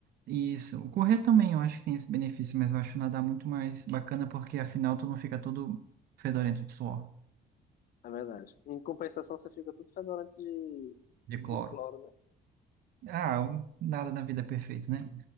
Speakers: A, on the right (about 65°); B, on the left (about 60°).
A: Isso. O correr também, eu acho que tem esse benefício, mas eu acho nadar muito mais bacana porque afinal tu não fica todo fedorento de suor,
B: É verdade. Em compensação, você fica tudo fedorento de,
A: de cloro.
B: de cloro, né?
A: Ah, um- nada na vida é perfeito, né?